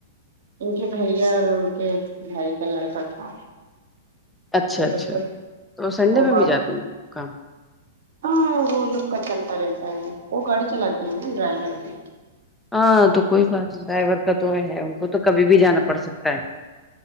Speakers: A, on the right; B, in the centre.
A: ان کے بھیا اور ان کے بھائی کا لڑکا تھا
B: اچھا
A: وہ
B: اچھا
A: لوگ کو
B: تو سنڈے
A: اور
B: میں
A: بات
B: بھی جاتے ہیں کام
A: ہاں وہ لوگ کا چلتا رہتا ہے وہ گاڑی چلاتے ہیں نا ڈرائیور بھی
B: ہاں تو کوئی بات نہیں ڈرائیور کا تو ہے ان کو تو کبھی بھی جانا پڑ سکتا ہے